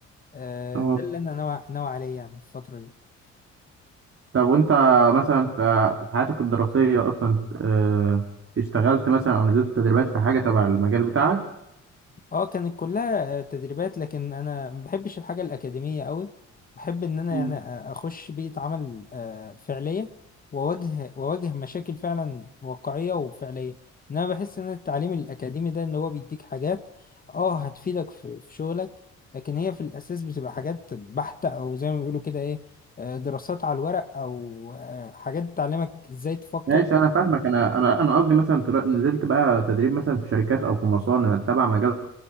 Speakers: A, on the left (about 30°); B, on the right (about 45°).
A: آه،
B: اه
A: ده اللي انا ناوي ناوي عليه يعني في الفتره دي
B: طب وانت مثلا في في حياتك الدراسية اصلا آه، اشتغلت مثلا او نزلت تدريبات في حاجة تبع المجال بتاعك
A: اه كانت كلها تدريبات لكن انا ما بحبش الحاجه الاكاديميه قوي بحب ان انا
B: مم.
A: يعني اخش بيئه عمل آه، فعليه واواجه واواجه مشاكل فعلا واقعيه وفعليه انا بحس ان التعليم الاكاديمي ده ان هو بيديك حاجات اه هتفيدك في في شغلك لكن هي في الاساس بتبقى حاجات بحته او زي ما بيقولوا كده ايه آه، دراسات على الورق او آه، حاجات تعلمك ازاي تفكر
B: ماشي انا فاهمك انا انا انا قصدي مثلا تلا- نزلت بقى تدريب مثلا في شركات او في مصانع تبع مجال